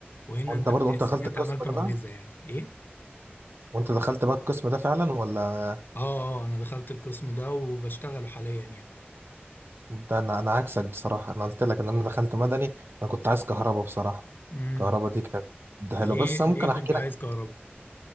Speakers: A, on the left (about 55°); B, on the right (about 70°).
A: وهنا
B: وانت
A: انت
B: برضه
A: بتحس
B: انت دخلت
A: ان انت
B: القسم
A: عملت
B: ده
A: معجزه
B: بقى
A: يعني ايه
B: وانت دخلت بقى القسم ده فعلا ولا
A: اه اه انا دخلت القسم ده وبشتغله حاليا
B: انت انا انا عكسك بصراحه انا قلت لك ان انا دخلت مدني انا كنت عايز كهرباء بصراحه
A: يعني
B: كهرباء دي كانت حلوه
A: ليه
B: بس انا
A: ليه
B: ممكن احكي
A: كنت عايز
B: لك
A: كهرباء